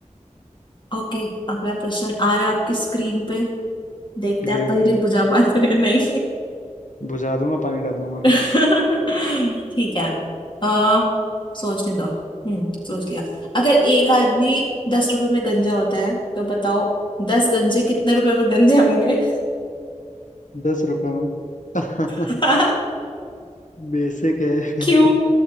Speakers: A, on the left; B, on the left.
A: ओके अगला प्रश्न आ रहा है आपकी स्क्रीन पे देखते
B: देख
A: हैं आप पहले
B: रहा हूँ
A: बुझा पाते हो या नहीं
B: बुझा दूंगा पानी डाल दूंगा
A: <laughs> ठीक है आ, सोचने दो हम्म सोच लिया अगर एक आदमी दस रुपए में गंजा होता है तो बताओ दस गंजे कितने रुपए में गंजे होंगे
B: दस रुपए में <laughs>
A: <laughs>
B: बेसिक है
A: क्यों